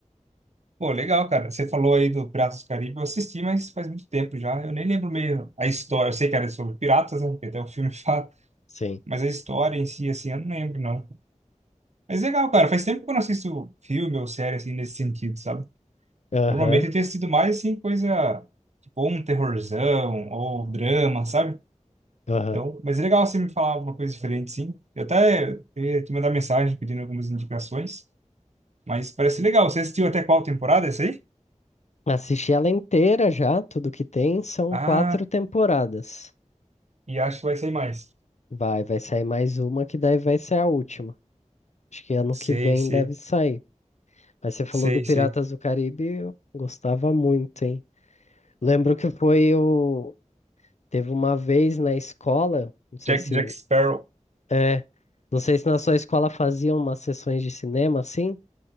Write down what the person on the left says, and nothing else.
Sim.
Aham.
Aham.
Assisti ela inteira já, tudo que tem, são
quatro temporadas.
Vai, vai sair mais uma que daí vai ser a última. Acho que ano
que vem
deve sair. Mas você falou
do Piratas
do Caribe, eu gostava muito, hein? Lembro que foi o. Teve uma vez na escola, não sei
se.
É, não sei se na sua escola faziam umas sessões de cinema assim,